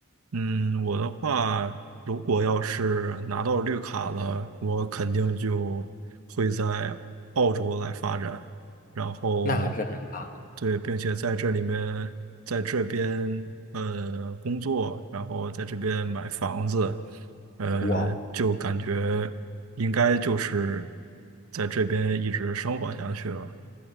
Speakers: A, on the right; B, on the left.
A: 嗯，我的话，如果要是拿到绿卡了，我肯定就会在澳洲来发展，然后
B: 那还是很棒，
A: 对，并且在这里面，在这边呃工作，然后在这边买房子，呃，
B: 哇，
A: 就感觉应该就是在这边一直生活下去了，